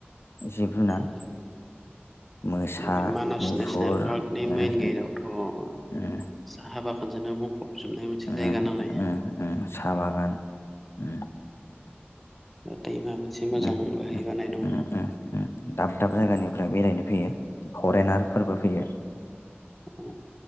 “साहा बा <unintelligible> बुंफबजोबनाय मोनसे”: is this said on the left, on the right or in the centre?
Centre